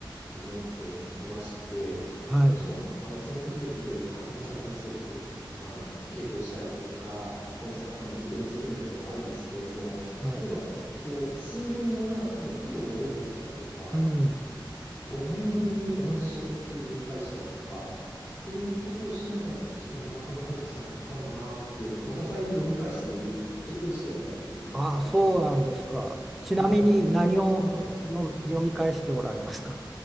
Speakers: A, on the left; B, in the centre.
A: 思っていまして、
B: はい、
A: もちろん、あの、その時々で、あ、この作家さんにすごく、あの、傾倒したりとか、この作家さんをずっと読み続けるみたいなのはあるんですけれども、
B: はい。
A: 例えば、こう、数年読まなくても、ふと戻ってきたりとか、
B: うん。
A: 5年ぶりに同じ小説を読み返したりとか、っていうことをしてるのは自分は村上春樹さんかもなーって、また最近読み返してもいる、ちょうど時期だったっていうのもありまして、
B: ああ、そうなんですか。
A: はい。
B: ちなみに何を読ん、
A: はい。
B: 読み返しておられますか